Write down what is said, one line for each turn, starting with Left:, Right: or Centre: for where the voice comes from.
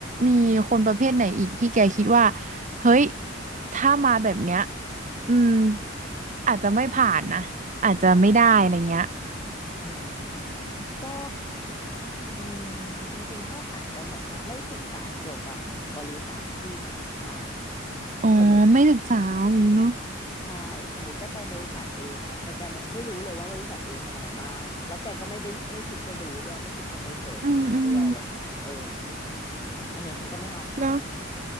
Right: มีคนประเภทไหนอีกที่แกคิดว่า เฮ้ย ถ้ามาแบบเนี้ยอืมอาจจะไม่ผ่านนะ อาจจะไม่ได้อะไรเงี้ย
Left: อืมก็อืมจริงๆก็อาจจะเหมือนแบบไม่ศึกษาเกี่ยวกับบริษัทที่มาสัมภาษณ์อ่ะอืมสมมติ
Right: อ๋อไม่ศึกษาอะไรอย่างงี้เนาะ
Left: ใช่สมมติแกไปบริษัทเองเงี้ยแต่แกแบบไม่รู้เลยว่าบริษัทเอทำอะไรบ้างแล้วแกก็ไม่ไปไม่คิดจะดูด้วยไม่คิดจะไปเสิร์ชหาด้วยอะไรอย่างเงี้ยเออ
Right: อืมอืม
Left: อันเนี้ยฉันก็ไม่เอาเหมือนกัน
Right: แล้ว